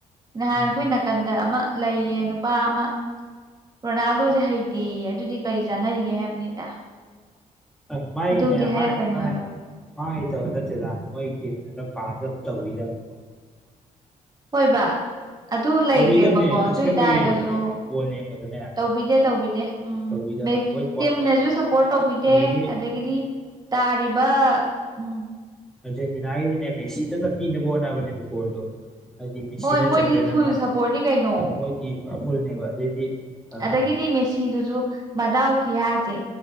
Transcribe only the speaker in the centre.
ꯎꯝ
ꯑꯦ ꯃꯥꯥꯒꯤꯅꯦ
<unintelligible>
ꯃꯥꯥ ꯍꯩꯇꯕ ꯅꯠꯇꯦꯗ ꯃꯣꯏ ꯇꯤꯝꯗꯨꯅ ꯄꯥꯁ ꯑꯝ ꯇꯧꯕꯤꯗꯕ
ꯇꯧꯕꯤꯗꯕꯅꯦ ꯑꯁꯦꯡꯕ
ꯌꯦꯡꯉꯨꯅꯦ ꯕꯣꯜ ꯌꯦꯡꯕꯗꯅꯦ
ꯇꯧꯕꯤꯗꯕꯅꯦ ꯃꯣꯏ
ꯑꯗꯒꯤ
ꯑꯔꯖꯦꯟꯇꯤꯅꯥꯒꯤꯗꯤꯅꯦ ꯃꯦꯁꯤꯗꯇ ꯄꯤꯅꯕ ꯍꯣꯠꯅꯕꯅꯦ ꯕꯣꯜꯗꯣ ꯍꯥꯏꯗꯤ ꯃꯦꯁꯤꯅ
ꯆꯟꯖꯅꯕ
ꯍꯥꯏꯅ
ꯃꯣꯏꯗꯤ ꯄꯨꯔ ꯐꯨꯜꯅꯦꯕ ꯑꯗꯩꯗꯤ ꯑꯥ